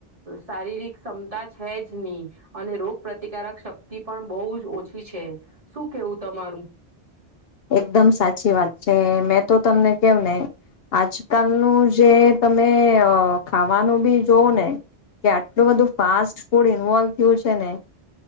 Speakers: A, on the right (about 30°); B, on the left (about 65°).
A: શારીરિક ક્ષમતા છે જ નહી, અને રોગ પ્રતિકારક શક્તિ પણ બહુ જ ઓછી છે, શું કેવું તમારું.
B: એકદમ સાચી વાત છે, મે તો તમને કેવ ને આજકાલનું જે તમે ખાવાનું બી જોવ ને, કે આટલું બધું ફાસ્ટ ફૂડ ઇન્વોલ્ થયું છે ને